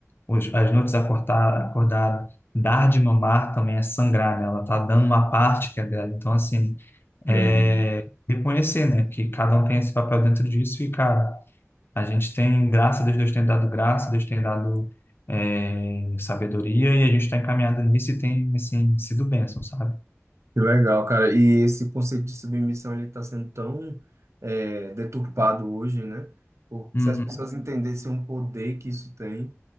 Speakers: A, on the left; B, on the right.
A: os- as noites acordar, acordada, dar de mamar também é sangrar, né? Ela tá dando uma parte que é dela. Então, assim,
B: não.
A: é reconhecer, né, que cada um tem esse papel dentro disso e, cara, a gente tem graça, Deus, Deus tem dado graça, Deus tem dado é, sabedoria e a gente está encaminhado nisso e tem, assim, sido bênção, sabe?
B: Que legal, cara. E esse conceito de submissão ele está sendo tão é, deturpado hoje, né? Porque
A: Uhum.
B: se as pessoas entendessem o poder que isso tem,